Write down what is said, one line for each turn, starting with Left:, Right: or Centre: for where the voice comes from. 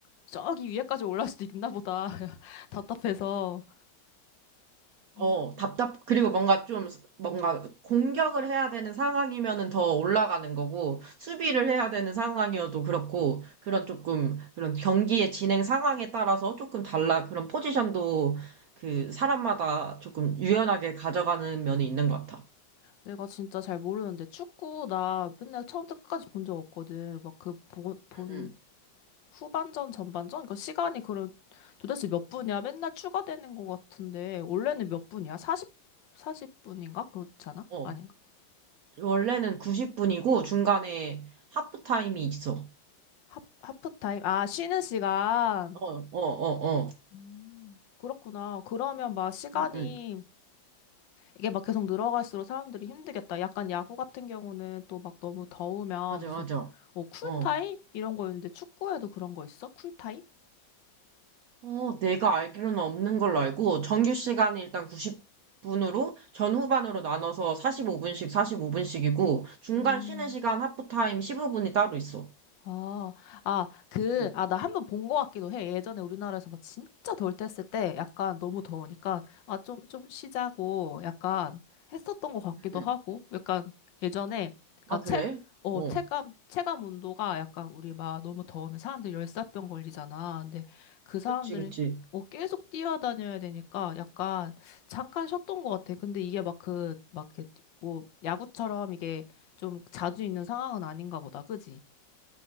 Left: 저기 위에까지 올라올 수도 있나 보다. <laughs> 답답해서.
Right: 어,
Left: 음.
Right: 답답, 그리고 뭔가 좀, 스- 뭔가 공격을 해야 되는 상황이면은 더 올라가는 거고, 수비를 해야 되는 상황이어도 그렇고, 그런 조금, 그런 경기의 진행 상황에 따라서 조금 달라, 그런 포지션도 그 사람마다 조금 유연하게 가져가는 면이 있는 것 같아.
Left: 내가 진짜 잘 모르는데 축구 나 맨날 처음부터 끝까지 본 적 없거든. 막그본본
Right: 응,
Left: 후반전, 전반전? 그러니까 시간이 그럼 도대체 몇 분이야? 맨날 추가되는 것 같은데 원래는 몇 분이야? 40, 사십 분인가 그렇지 않아?
Right: 응. 어,
Left: 아닌가?
Right: 원래는 90분이고, 중간에 하프타임이 있어.
Left: 하, 하프타임? 아, 쉬는 시간.
Right: 어, 어, 어, 어.
Left: 음, 그렇구나. 그러면 막 시간이
Right: 응, 응.
Left: 이게 막 계속 늘어갈수록 사람들이 힘들겠다. 약간 야구 같은 경우는 또 막 너무 더우면
Right: 맞아,
Left: 무슨
Right: 맞아.
Left: 어, 쿨타임?
Right: 어.
Left: 이런 거였는데 축구에도 그런 거 있어? 쿨타임?
Right: 어, 내가 알기로는 없는 걸로 알고, 정규 시간이 일단 90분으로, 전 후반으로 나눠서 45분씩, 45분씩이고, 중간
Left: 음.
Right: 쉬는 시간 하프타임 15분이 따로 있어.
Left: 아, 아, 그,
Right: 응,
Left: 아, 나 한 번 본 거 같기도 해. 예전에 우리나라에서 막 진짜 덜 뗐을 때 약간 너무 더우니까, 아, 좀, 좀 쉬자고 약간 했었던 거 같기도
Right: 응, 응.
Left: 하고, 약간 예전에, 그니까
Right: 아,
Left: 책,
Right: 그래?
Left: 어,
Right: 어,
Left: 체감, 체감 온도가 약간 우리 막 너무 더우면 사람들 열사병 걸리잖아. 근데 그 사람들은
Right: 그치, 그치.
Left: 어, 계속 뛰어다녀야 되니까 약간 잠깐 쉬었던 것 같아. 근데 이게 막 그, 막 이렇게 뭐 야구처럼 이게 좀 자주 있는 상황은 아닌가 보다. 그지?